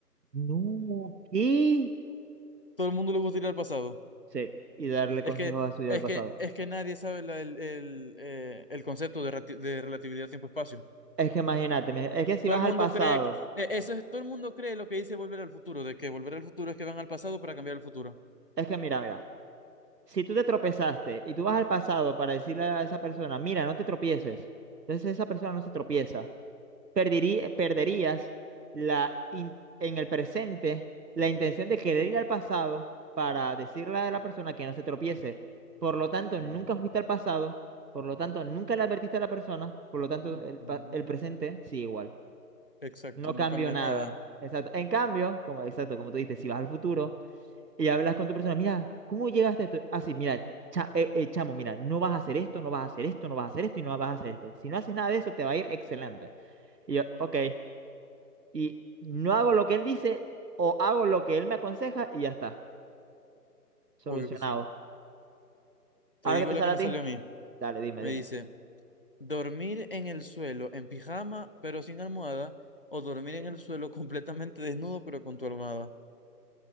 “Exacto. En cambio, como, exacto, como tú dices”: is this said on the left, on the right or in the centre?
Right